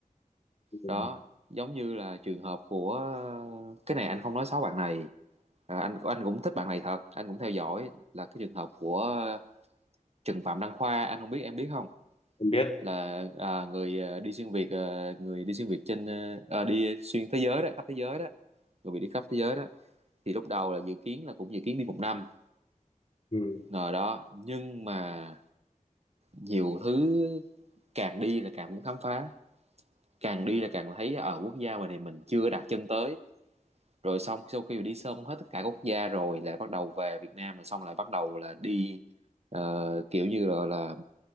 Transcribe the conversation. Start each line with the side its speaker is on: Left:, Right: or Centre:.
Left: ừ.
Right: đó giống như là trường hợp của cái này anh không nói xấu bạn này à, anh anh cũng thích bạn này thật anh cũng theo dõi là cái trường hợp của Trần Phạm Đăng Khoa anh không biết em biết không
Left: em biết
Right: là à, người à, đi xuyên việt à, người đi xuyên việt trên à, à, đi xuyên thế giới đó khắp thế giới đó người bị đi khắp thế giới đó thì lúc đầu là dự kiến là cũng dự kiến đi một năm
Left: ừ.
Right: rồi đó nhưng mà nhiều thứ càng đi là càng muốn khám phá càng đi là càng thấy ở quốc gia ngoài này mình chưa đặt chân tới rồi xong sau khi đi xong hết tất cả quốc gia rồi lại bắt đầu về Việt Nam rồi xong lại bắt đầu là đi ờ, kiểu như là, là